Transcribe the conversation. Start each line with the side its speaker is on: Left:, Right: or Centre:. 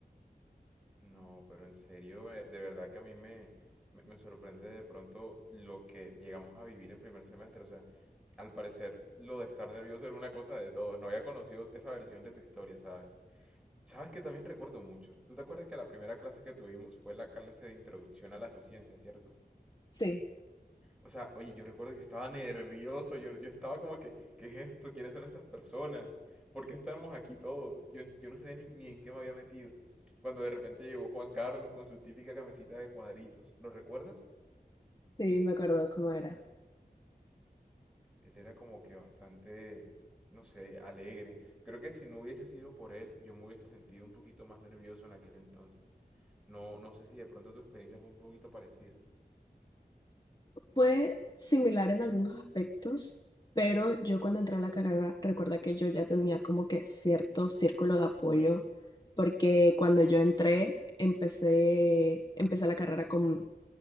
Centre: No, pero en serio, eh, de verdad que a mí me, me, me sorprende de pronto lo que llegamos a vivir en primer semestre. O sea, al parecer lo de estar nervioso era una cosa de todos. No había conocido esa versión de tu historia, ¿sabes? Sabes que también recuerdo mucho. ¿Tú te acuerdas que la primera clase que tuvimos fue la clase de introducción a la geociencia, ¿cierto?
Left: Sí,
Centre: O sea, oye, yo recuerdo que estaba nervioso, yo, yo estaba como que, ¿qué es esto? ¿Quiénes son estas personas? ¿Por qué estamos aquí todos? Yo, en- yo no sabía ni, ni en qué me había metido. Cuando de repente llegó Juan Carlos con su típica camisita de cuadritos, ¿lo recuerdas?
Left: sí, me acuerdo cómo era.
Centre: Él era como que bastante, no sé, alegre. Creo que si no hubiese sido por él, yo me hubiese sentido un poquito más nervioso en aquel entonces. No, no sé si de pronto tu experiencia fue un poquito parecida.
Left: Fue similar en algunos aspectos, pero yo cuando entré a la carrera, recuerda que yo ya tenía como que cierto círculo de apoyo, porque cuando yo entré, empecé, empecé la carrera con